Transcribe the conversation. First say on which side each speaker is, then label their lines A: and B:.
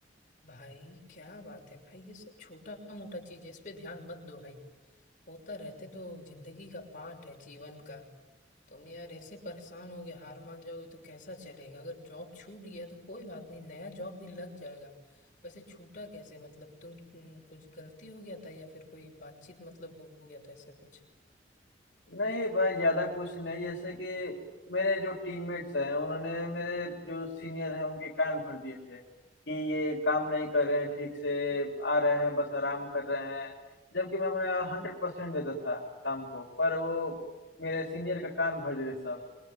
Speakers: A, on the left (about 45°); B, on the left (about 75°).
A: भाई क्या बात है भाई ये सब छोटा मोटा चीज है इस पे ध्यान मत दो भाई होता रहते तो जिंदगी का पार्ट है जीवन का तुम तो यार ऐसे परेशान होगे हार मान जाओगे तो कैसा चलेगा अगर जॉब छूट गया तो कोई बात नहीं नया जॉब भी लग जाएगा वैसे छूटा कैसे मतलब तुम तुम- कुछ गलती हो गया था या फिर कोई बातचीत मतलब हो हो गया था ऐसा कुछ
B: नहीं भाई ज्यादा कुछ नहीं जैसे कि मेरे जो टीममेट्स हैं उन्होंने मेरे जो सीनियर हैं उनके कान भर दिए थे कि ये काम नहीं कर रहे हैं ठीक से आ रहे हैं बस आराम कर रहे हैं जबकि मैं अपना हंड्रेड परसेंट देता था काम को पर वो मेरे सीनियर का कान भर देते सब